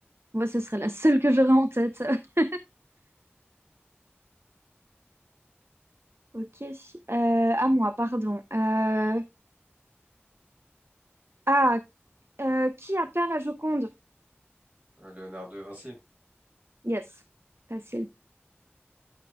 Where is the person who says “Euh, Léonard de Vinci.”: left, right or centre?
Right